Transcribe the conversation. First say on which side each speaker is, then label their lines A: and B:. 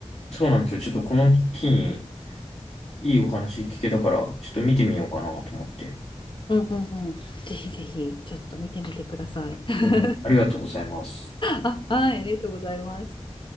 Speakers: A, on the left; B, on the left.
A: そうなんですよ。ちょっとこの機にいいお話聞けたから、ちょっと見てみようかなと思って。
B: うんうんうん。ぜひぜひ、ちょっと見てみてください。<laughs>
A: えーありがとうございます。
B: あ、はい、ありがとうございます。